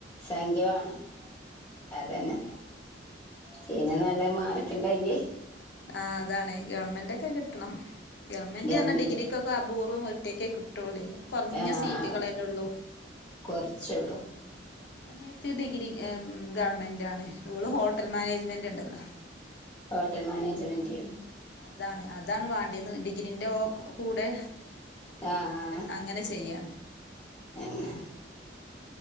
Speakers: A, on the left; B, on the left.
A: സംഖ്യ വാണം അതന്നെ പിന്നെ നല്ല മാർക്ക് ഇണ്ടെങ്കി
B: ആ അതാണ് ഗവണ്മെന്റൊക്കെ കിട്ടണം ഗവൺമെന്റ്
A: ഗവർമെന്റ്
B: എന്നെ ഡിഗ്രിക്കൊക്കെ അപൂ റൂം ഒറ്റക്കെ കിട്ടുള്ളി കൊർഞ്ഞ
A: ആഹ്
B: സീറ്റുകളല്ലെള്ളൂ
A: ആഹ് കൊറച്ചൊള്ളൂ
B: ഉം? ഞാൻ എത്തിയ ഡിഗ്രി ഉം ഗവൺമെന്റാണ് ഓള് ഹോട്ടൽ മാനേജ്മെന്റ് ഉണ്ടല്ലോ?
A: ഹോട്ടൽ മാനേജ്മെന്റ് ന്റെമ്
B: അതാണ് അതാണ് വാണ്ടയ്ത് ഡിഗ്രീന്റൊക്കെ കൂടെ
A: ആഹ് ആഹ്
B: അങ്ങനെ അങ്ങനെ ചെയ്യാണ്
A: അങ്ങനെ